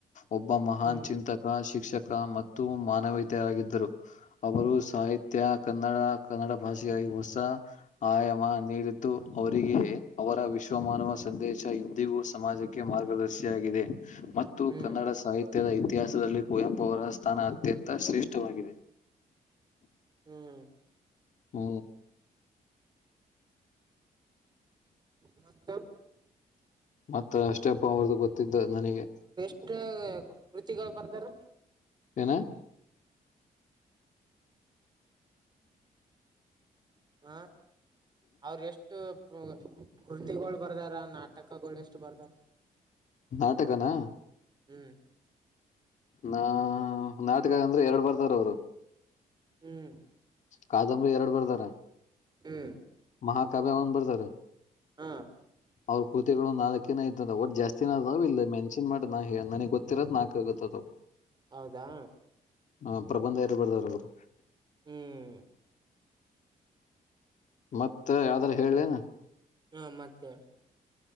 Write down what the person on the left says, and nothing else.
ಒಬ್ಬ ಮಹಾನ್
ಚಿಂತಕ ಶಿಕ್ಷಕ ಮತ್ತು ಮಾನವೀತರಾಗಿದ್ದರು ಅವರು ಸಾಹಿತ್ಯ ಕನ್ನಡ ಕನ್ನಡ ಭಾಷೆಯಾಗಿ ಹೊಸ ಆಯಾಮ ನೀಡಿದ್ದು ಅವರಿಗೆ ಅವರ ವಿಶ್ವಮಾನವ ಸಂದೇಶ ಇಂದಿಗೂ ಸಮಾಜಕ್ಕೆ ಮಾರ್ಗದರ್ಶಿಯಾಗಿದೆ ಮತ್ತು
ಕನ್ನಡ ಸಾಹಿತ್ಯದ ಇತಿಹಾಸ ದಲ್ಲಿ ಕುವೆಂಪು ಅವರ ಸ್ಥಾನ ಅತ್ಯಂತ ಶ್ರೇಷ್ಠವಾಗಿದೆ
ಹ್ಮ
ಮತ್ತ ಅಷ್ಟೇಪ್ಪ ಅವ್ರದು ಗೊತ್ತಿದ್ದು ನನಗೆ
ಏನ್ <unintelligible>
ನಾಟಕನಾ
ನಾ ನಾಟಕ ಅಂದ್ರೆ ಎರಡ್ ಬರ್ದಾರ ಅವ್ರು
ಕಾದಂಬರಿ ಎರಡು ಬರ್ದಾರ
ಮಹಾಕಾವ್ಯ ಒನ್ ಬರ್ದಾರೆ
ಅವ್ರ ಕೃತಿಗಳು ನಾಲ್ಕೇನ ಐತದ ಒಟ್ ಜಾಸ್ತಿಿನ ಅದ ಇಲ್ಲ ಮೆನ್ಷನ್ ಮಾಡ ನಾ ಹೆ ನನಗ್ ಗೊತ್ತಿರೋದ್ ನಾಕ ಗೊತ್ತಾತದ.
ಹ ಪ್ರಬಂಧ ಯಾರ ಬರ್ದಾರ ಅವರು.
ಮತ್ತ ಯಾವ್ದಾರ ಹೇಳ್ಳೇನ.